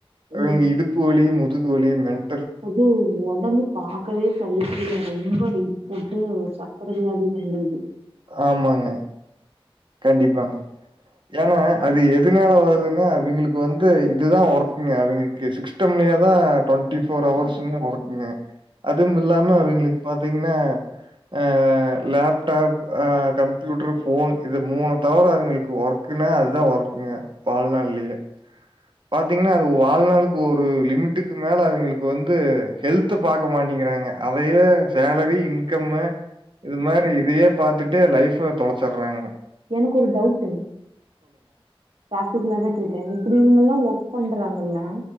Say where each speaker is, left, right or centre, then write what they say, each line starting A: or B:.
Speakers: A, on the right; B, on the right.
A: ம்
B: அது இடுப்பு வலி முதுவலி மென்
A: அது உடம்பு பாக்கவே சலிக்கல ரொம்ப வெய்ட் போட்டு சக்கரை வியாதி வந்துர்து
B: ஆமாங்க கண்டிப்பாங்க ஏன்னா அது எதுனால வருதுனா அவிங்களுக்கு வந்து இதுதான் ஒர்க்ங்க அவிங்களுக்கு சிக் ட்டு மணியாதா டுவெண்ட்டி ஃபோர் ஹவர்ஸ்மே ஒர்க்குங்க அதுவு இல்லாம அவிங்களுக் பாத்தீங்கனா அ லேப்டாப் கம்ப்யூட்டர் ஃபோன் இது மூணு தவிர அவிங்களுக்கு ஒர்கக்குனா அதா ஒர்கக்குங்க வாழ்நாள்லயே பாத்தீங்கனா அது வாழ்நாளுக்கு ஒரு லிமிட்டுக்கு மேல அவிங்களுக்கு வந்து ஹெல்த் த்து பாக்க மாட்டேக்கிறாங்க அதயே சேலரி இன்கம்மு இது மாரி இதயே பாத்துட்டு லைஃப தொலைச்சிடுறாங்க
A: எனக்கு ஒரு டவுட்டு ப்ராக்டிகலதா கேக்கற இப்டி இவங்கல்லா ஒர்க் பண்றாங்கல்ல